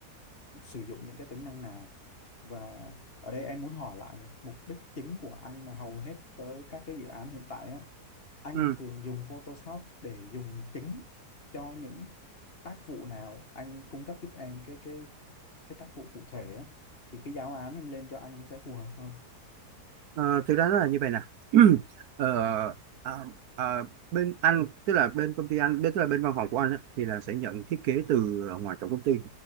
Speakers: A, on the left (about 40°); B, on the right (about 70°).
A: sử dụng những cái tính năng nào và ở đây em muốn hỏi lại này mục đích chính của anh mà hầu hết tới các cái dự án hiện tại á anh
B: ừ
A: thường dùng Photoshop để dùng chính cho những tác vụ nào anh cung cấp giúp em cái cái cái tác vụ cụ thể á thì cái giáo án em lên cho anh nó sẽ phù hợp hơn
B: Ờ, thực ra nó là như vậy nè <clears throat> Ờ, à, à, bên anh tức là bên công ty anh bên tức là bên văn phòng của anh á, thì là sẽ nhận thiết kế từ ờ, ngoài tổng công ty